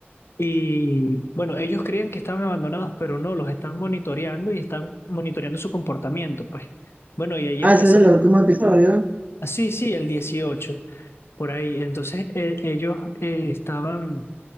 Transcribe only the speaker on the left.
Y bueno, ellos creían que estaban abandonados, pero no, los están monitoreando y están monitoreando su comportamiento, pues. Bueno, y ahí
empezaron.
Ah, sí, sí, el 18 por ahí. Entonces, eh, ellos eh, estaban,